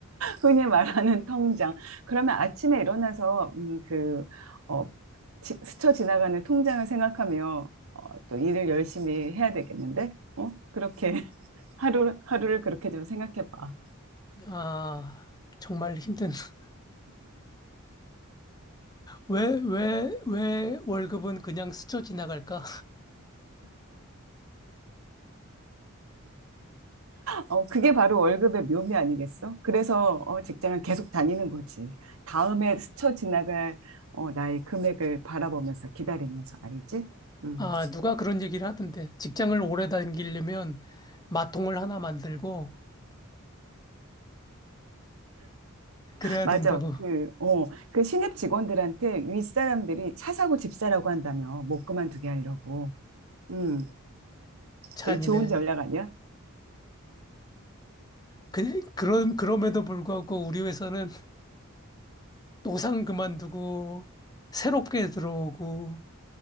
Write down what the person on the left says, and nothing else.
아, 정말 힘든. <laughs> 왜, 왜, 왜 월급은 그냥 스쳐 지나갈까?
아, 누가 그런 얘기를 하던데. 직장을 오래 다니려면 마통을 하나 만들고 그래야
된다고.
찬이네.
그, 그런, 그럼에도 불구하고 우리 회사는 노상 그만두고 새롭게 들어오고,